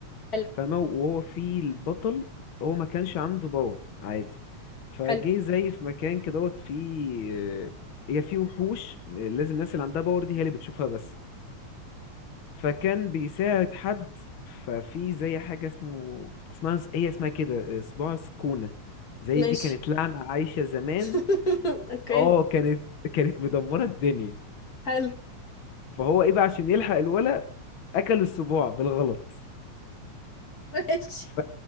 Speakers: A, on the left; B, on the left.
A: حلو
B: فاهمة وهو في البطل هو ما كانش عنده باور عادي فجه
A: حلو
B: زي في مكان كده دوت فيه هي فيه وحوش لازم الناس اللي عندها باور دي هي اللي بتشوفها بس فكان بيساعد حد ففي زي حاجة اسمه اسمها هي اسمها كده صباع سكونة زي
A: ماشي
B: دي كانت لعنة عايشة زمان
A: <laughs> اوكي
B: اه كانت كانت مدمرة الدنيا
A: حلو
B: فهو ايه بقى عشان يلحق الولا اكل الصباع بالغلط
A: ماشي
B: ف...